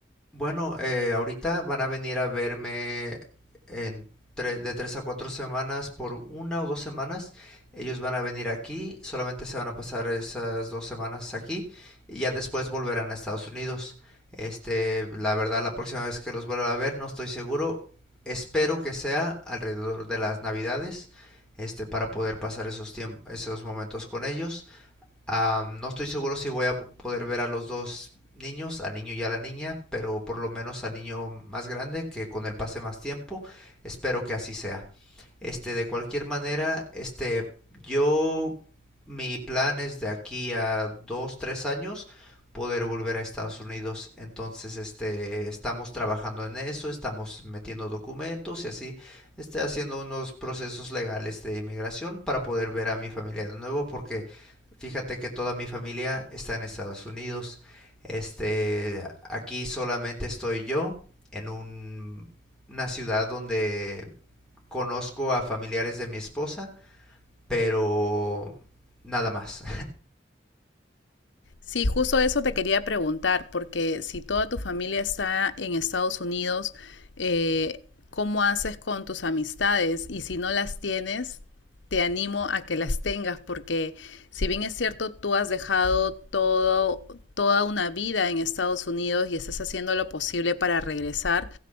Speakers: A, in the centre; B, on the left.
A: Bueno, eh, ahorita van a venir a verme en tre- de tres a cuatro semanas, por una o dos semanas. Ellos van a venir aquí, solamente se van a pasar esas dos semanas aquí y ya después volverán a Estados Unidos. Este, la verdad, la próxima vez que los vuelva a ver, no estoy seguro. Espero que sea alrededor de las Navidades, este, para poder pasar esos tiempos, esos momentos con ellos. Ah, no estoy seguro si voy a poder ver a los dos niños, al niño y a la niña, pero por lo menos al niño más grande, que con él pase más tiempo, espero que así sea. Este, de cualquier manera, este, yo, mi plan es de aquí a dos, tres años poder volver a Estados Unidos. Entonces, este, estamos trabajando en eso, estamos metiendo documentos y así, este, haciendo unos procesos legales de inmigración para poder ver a mi familia de nuevo, porque Fíjate que toda mi familia está en Estados Unidos. Este, aquí solamente estoy yo en un- una ciudad donde conozco a familiares de mi esposa, pero nada más.
B: Sí, justo eso te quería preguntar, porque si toda tu familia está en Estados Unidos, eh, ¿cómo haces con tus amistades? Y si no las tienes, te animo a que las tengas, porque si bien es cierto, tú has dejado todo, toda una vida en Estados Unidos y estás haciendo lo posible para regresar,